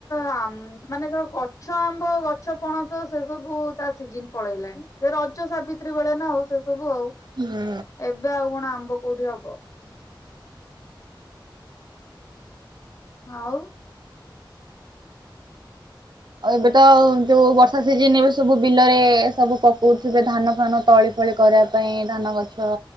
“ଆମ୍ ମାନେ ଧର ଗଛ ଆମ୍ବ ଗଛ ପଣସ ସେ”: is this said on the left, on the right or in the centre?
Left